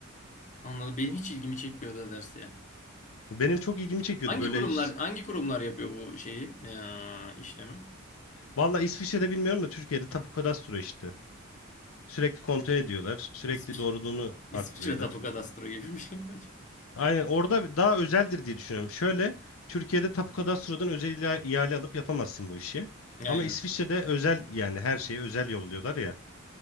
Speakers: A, on the left; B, on the left.
A: Anladım. Benim hiç ilgimi çekmiyordu o ders ya.
B: Benim çok ilgimi çekiyordu
A: Hangi
B: böyle
A: kurumlar
B: iş-
A: hangi kurumlar yapıyor bu şeyi? Ya, işlemi.
B: Valla İsviçre'de bilmiyorum da Türkiye'de Tapu Kadastro işte. Sürekli kontrol ediyorlar. Sürekli
A: İsviçre,
B: doğruluğunu
A: İsviçre
B: arttırıyorlar.
A: Tapu Kadastro gibi bir şey mi acaba?
B: Aynen orada daha özeldir diye düşünüyorum. Şöyle Türkiye'de tapu kadastrodan özel ila- ihale alıp yapamazsın bu işi.
A: Aynen.
B: Ama İsviçre'de özel yani her şeyi özel yolluyorlar ya.